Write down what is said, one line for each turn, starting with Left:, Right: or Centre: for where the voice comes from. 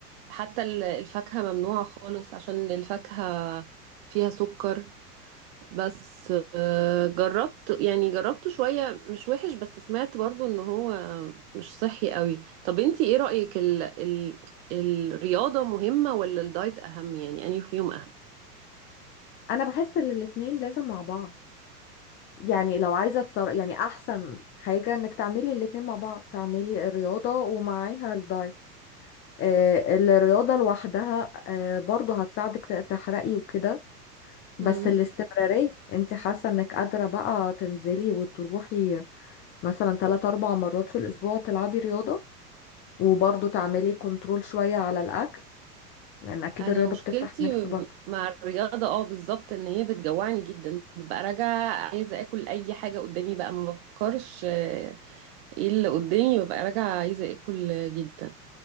Right: حتى ال- الفاكهة ممنوعة خالص عشان الفاكهة فيها سكر بس آه، جربت يعني جربته شوية مش وحش بس سمعت برضو ان هو مش صحي قوي طب انتي ايه رأيك ال ال الرياضة مهمة ولا الدايت أهم يعني أنهي فيهم
Left: انا بحس ان الاتنين لازم مع بعض يعني لو عايزة تصر... يعني أحسن حاجة إنك تعملي الاتنين مع بعض تعملي الرياضة ومعاها الدايت آه، الرياضة لوحدها آه، برضو هتساعدك ت- تحرقي وكده بس
Right: أهم؟
Left: الاستمرارية انت حاسة انك قادرة بقى تنزلي وتروحي مثلا تلات أربع مرات في الأسبوع تلعبي رياضة وبرضو تعملي كنترول شوية على الأكل لأن أكيد
Right: انا
Left: الرياضة
Right: مشكلتي
Left: بتفتح النفس برضو
Right: مع الرياضه اه بالظبط ان هي بتجوعني جدا ببقى راجعه عايزه اكل اي حاجه قدامي بقى ما بفكرش آه، ايه اللي قدامي ببقى راجعه عايزه اكل آه، جدا